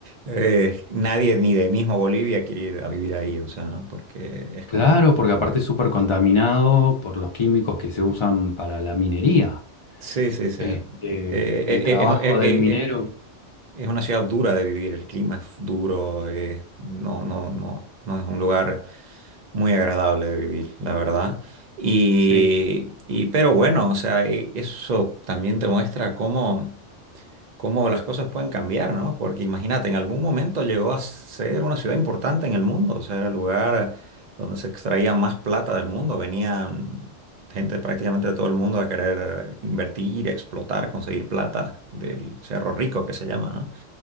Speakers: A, on the right; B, on the left.
A: Eh, nadie, ni de mismo Bolivia, quiere ir a vivir ahí, o sea, ¿no? Porque es
B: claro,
A: como,
B: porque aparte es súper contaminado por los químicos que se usan para la minería.
A: Sí, sí, sí.
B: Este,
A: Eh, eh,
B: el trabajo
A: eh, es, eh, eh,
B: del minero,
A: eh, es una ciudad dura de vivir, el clima es duro, eh, no, no, no, no es un lugar muy agradable de vivir, la verdad. Y,
B: sí.
A: y pero bueno, o sea, e- eso también te muestra cómo cómo las cosas pueden cambiar, ¿no? Porque imagínate, en algún momento llegó a ser una ciudad importante en el mundo, o sea, era el lugar donde se extraía más plata del mundo, venían gente prácticamente de todo el mundo a querer eh, invertir, explotar, conseguir plata del Cerro Rico, que se llama, ¿no?